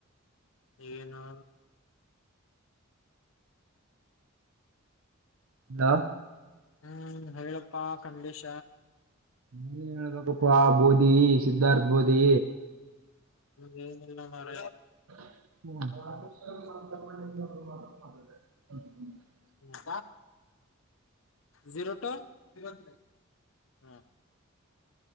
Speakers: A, on the left; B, on the right.
A: ಏನು
B: ಅಲ
A: ಹ್ಮ್ ಹೇಳಪ್ಪಾ ಖಂಡೇಶ
B: ನೀನ್ ಹೇಳ್ಬೇಕಪ್ಪ ಬೋದಿ ಸಿದ್ಧಾರ್ಥ ಬೋದಿ
A: ಹನ ಎಲ್ಲ ಮರ
B: ಹ್ಮ ಮಾತ್ರ ಹ್ಮ
A: ಹ್ಮ ಜೀರೋ ಟು ಜೋರ್ ತ್ರೀ ಹೆ